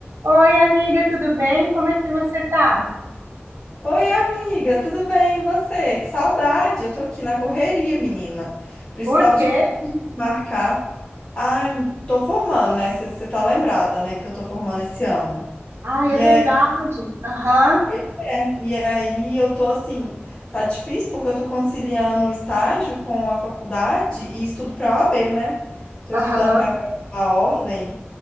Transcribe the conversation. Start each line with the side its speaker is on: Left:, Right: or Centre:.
Right: Oi, amiga, tudo bem? Como é que você tá?
Left: Oi, amiga, tudo bem? E você? Que saudade! Eu tô aqui na correria, menina. Por isso
Right: Por
Left: tava
Right: quê?
Left: difícil de marcar. Ah, eu tô formando, né? Você tá lembrada, né? Que eu tô formando esse ano.
Right: Ai,
Left: E
Right: é verdade.
Left: aí,
Right: Aham,
Left: pois é. E aí eu tô assim, tá difícil porque eu tô conciliando o estágio com a faculdade e estudo pra OAB, né? Tô
Right: aham,
Left: estudando pra a ordem.